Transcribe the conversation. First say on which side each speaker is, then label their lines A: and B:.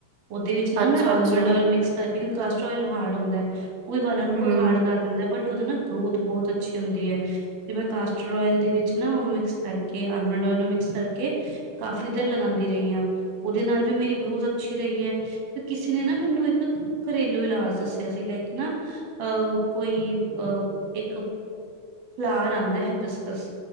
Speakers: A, on the right; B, on the right.
A: ਉਹਦੇ ਵਿੱਚ ਨਾ
B: ਅੱਛਾ
A: ਮੈਂ ਆਲਮੰਡ
B: ਅੱਛਾ
A: ਓਇਲ ਮਿਕਸ ਕਰਕੇ ਕਿਉਂਕ ਕੋਲਸਟੋਇਲ ਹਾਡ ਹੰਦਾ ਹੈ। ਉ ਵਾਲਾਂ ਨੂੰ
B: ਹਮ
A: ਬ ਹਾਰੜ ਕਰ ਦਿੰਦਾ ਬਟ ਉਹਦੇ ਨਾ ਗਰੋਥ ਬਹੁਤ ਅੱਛੀ ਹੁੰਦੀ ਹਾਂ। ਤੇ ਮੈਂ ਕਾਸਟਰ ਓਇਲ ਦੇ ਵਿੱਚ ਨਾ ਉਹਨੂੰ ਮਿਕਸ ਕਰਕੇ ਆਲਮੰਡ ਓਇਲ ਨੂੰ ਮਿਕਸ ਕਰਕੇ ਕਾਫੀ ਦੇਰ ਲਗਾਉਂਦੀ ਰਹੀ ਹਾਂ। ਉਹਦੇ ਨਾਲ ਵੀ ਮੇਰੀ ਗਰੋਥ ਅੱਛੀ ਰਹੀ ਹੈ। ਕਿਸੇ ਨੇ ਨਾ ਮੈਨੂੰ ਇੱਕ ਘਰੇਲੂ ਇਲਾਜ ਦੱਸਿਆ ਸੀ। ਲਾਈਕ ਨਾ ਅਹ ਕੋਈ ਅਹ ਇੱਕ ਫਲਾਰ ਆਉਂਦਾ ਹੈ। ਬਿਸਕਸ